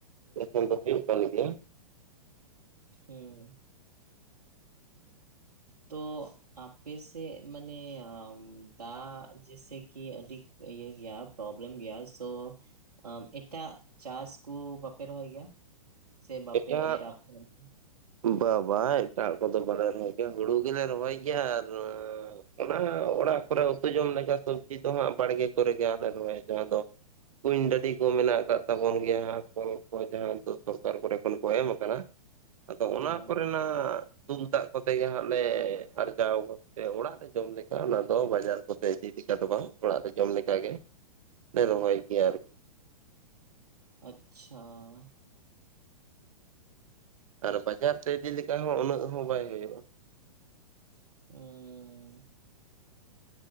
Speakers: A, on the right; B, on the right.
A: ᱮᱠᱷᱚᱱ ᱫᱚ ᱦᱩᱭᱩᱜ ᱠᱟᱱ ᱜᱮᱭᱟ ᱾
B: ᱦᱩᱸ, ᱛᱚ ᱟᱯᱮ ᱥᱮᱫ ᱢᱟᱱᱮ ᱫᱟᱜ ᱡᱮᱥᱮ ᱠᱤ ᱟᱹᱰᱤ ᱤᱭᱟᱹ ᱜᱮᱭᱟ ᱯᱨᱵᱞᱮᱢ ᱜᱮᱭᱟ ᱥᱳ ᱟᱢ ᱮᱴᱟᱜ ᱪᱟᱥ ᱠᱩ ᱵᱟᱯᱮ ᱨᱚᱦᱚᱭ ᱜᱮᱭᱟ? ᱥᱮ ᱵᱟᱯᱮ
A: ᱮᱴᱟᱜ
B: ᱮᱨ <unintelligible>
A: ᱵᱟ ᱵᱟ ᱮᱴᱟᱜ ᱠᱚᱫᱚ ᱵᱟᱞᱮ ᱨᱚᱦᱚᱭ ᱜᱮᱭᱟ ᱦᱩᱲᱩ ᱜᱮᱞᱮ ᱨᱚᱦᱚᱭ ᱜᱮᱭᱟ ᱟᱨ ᱚᱱᱟ ᱚᱲᱟᱜ ᱠᱚᱨᱮ ᱩᱛᱩ ᱡᱚᱢ ᱞᱮᱠᱟ ᱥᱚᱵᱽᱡᱤ ᱫᱚ ᱦᱟᱸᱜ ᱵᱟᱲᱜᱮ ᱠᱚᱨᱮ ᱜᱮ ᱟᱞᱮ <unintelligible> ᱡᱟᱦᱟᱸ ᱫᱚ ᱠᱩᱧ ᱰᱟᱹᱰᱤ ᱠᱚ ᱢᱮᱱᱟᱜ ᱟᱠᱟᱫ ᱛᱟᱵᱚᱱ ᱜᱮᱭᱟ ᱠᱚᱞ ᱠᱚ ᱡᱟᱦᱟᱸ ᱫᱚ ᱥᱚᱨᱠᱟᱨ ᱠᱚᱨᱮ ᱠᱷᱚᱱ ᱠᱚ ᱮᱢ ᱠᱟᱱᱟ, ᱟᱫᱚ
B: ᱦᱩᱸ
A: ᱚᱱᱟ ᱠᱚᱨᱮᱱᱟᱜ ᱫᱩᱞ ᱫᱟᱜ ᱠᱚᱛᱮ ᱜᱮ ᱦᱟᱸᱜ ᱞᱮ ᱟᱨᱡᱟᱣ <unintelligible> ᱚᱲᱟᱜ ᱡᱚᱢ ᱞᱮᱠᱟ ᱚᱱᱟ ᱫᱚ ᱵᱟᱡᱟᱨ ᱠᱚᱛᱮ ᱤᱫᱤ ᱞᱮᱠᱟ ᱫᱚ ᱵᱟᱝ ᱚᱲᱟᱜ ᱨᱮ ᱡᱚᱢ ᱞᱮ ᱞᱮᱠᱟᱜᱮ ᱞᱮ ᱨᱚᱦᱚᱭ ᱜᱮᱭᱟ ᱟᱨᱠᱤ ᱾
B: ᱟᱪᱪᱷᱟ ᱾
A: ᱟᱨ ᱵᱟᱡᱟᱨ ᱛᱮ ᱤᱫᱤ ᱞᱮᱠᱟ ᱦᱚᱸ ᱩᱱᱟᱹᱜ ᱦᱚᱸ ᱵᱟᱭ ᱦᱳᱭᱳᱜᱼᱟ ᱾
B: ᱩᱸ ᱾ ᱦᱩᱸ ᱾